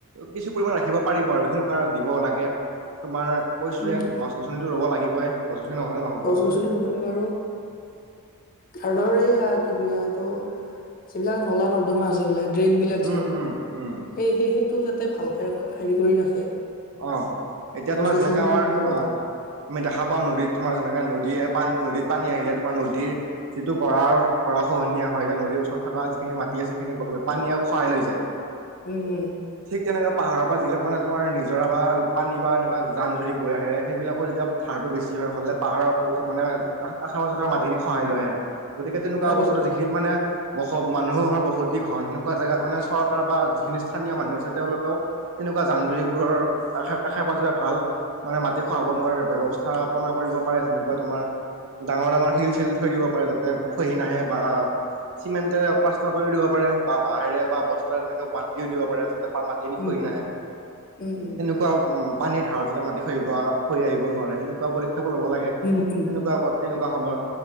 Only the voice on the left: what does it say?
উম উম
গছ গছনি ৰুব লাগিব আৰু তাৰ ধৰে এই কি বুলি কয় এইটো যিবিলাক নলা নৰ্দমা আছে এইবলাক ড্ৰেইন বিলাক
যে সেই-সেই-সেইেতটো
যাতে ভালকে হেৰি কৰি ৰাখে
গছ
গছনিৰ
লগতে
উম, উম,
তাকেতো
উম
উম, উম,
উম উম